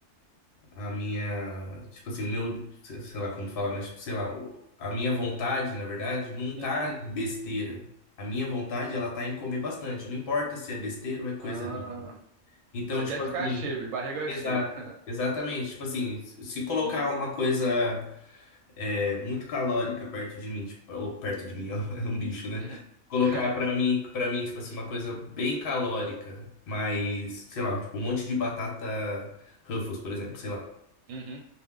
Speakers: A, on the left; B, on the right.
A: A minha. Tipo assim, o meu. se- Sei lá como falar, mas, tipo, sei lá. o- A minha vontade, na verdade, não
B: Uhum.
A: tá em besteira. A minha vontade, ela tá em comer bastante. Não importa se é besteira ou é coisa
B: Ah.
A: limpa. Então,
B: Você
A: tipo
B: quer ficar
A: assim.
B: cheio, de barriga
A: Exato,
B: cheia. <laughs>
A: exatamente. Tipo assim, se colocar
B: Uhum.
A: uma coisa é, muito calórica perto de mim, tipo, ou perto de mim, ó, <laughs> é um bicho, né?
B: <laughs>
A: Colocar pra mim, para mim, tipo assim, uma coisa bem calórica, mas, sei lá, tipo um monte de batata Ruffles, por exemplo, sei lá.
B: Uhum.